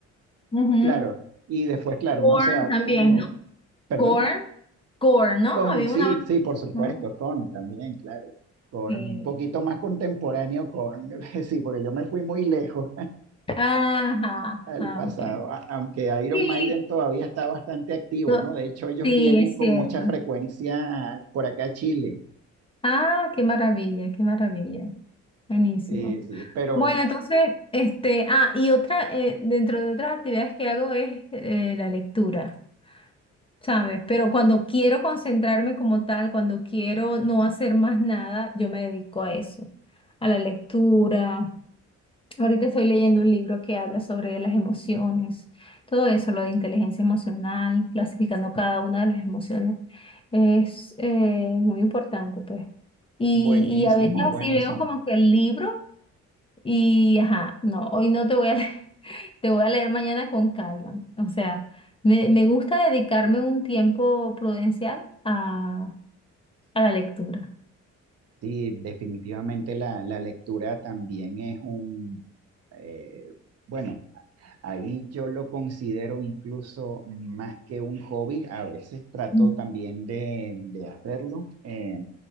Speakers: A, on the left; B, on the right.
A: Ujú.
B: claro, y después, claro,
A: Korn
B: uno se va
A: también,
B: como,
A: ¿no?
B: perdón.
A: Korn, Korn, ¿no?
B: Korn,
A: Había
B: sí,
A: una banda.
B: sí, por supuesto,
A: ¿no?
B: Korn también, claro. Korn,
A: Sí.
B: un poquito más contemporáneo Korn, <laughs> sí, porque yo me fui muy lejos
A: Ajá,
B: <laughs> al
A: ah,
B: pasado,
A: ok.
B: a- aunque Iron
A: Sí,
B: Maiden todavía está bastante activo,
A: No,
B: ¿no? De hecho, ellos
A: sí,
B: vienen
A: es
B: con
A: cierto.
B: mucha frecuencia por acá a Chile,
A: Ah, qué maravilla, qué maravilla. Buenísimo.
B: sí, sí, pero
A: Bueno, entonces, este, ah, y otra, eh, dentro de otras actividades que hago es eh, la lectura, ¿sabes? Pero cuando quiero concentrarme como tal, cuando quiero no hacer más nada, yo me dedico a eso, a la lectura. Ahorita estoy leyendo un libro que habla sobre las emociones, todo eso, lo de inteligencia emocional, clasificando cada una de las emociones, es eh, muy importante, pues. Y,
B: buenísimo,
A: y a veces Mm. así
B: buenísimo.
A: veo como que el libro y, ajá, no, hoy no te voy a leer, <laughs> te voy a leer mañana con calma. O sea, me, me gusta dedicarme un tiempo prudencial a, a la lectura.
B: Sí, definitivamente la, la lectura también es un, eh, bueno. Ahí yo lo considero incluso más que un hobby, a veces trato
A: Mm.
B: también de, de hacerlo, eh,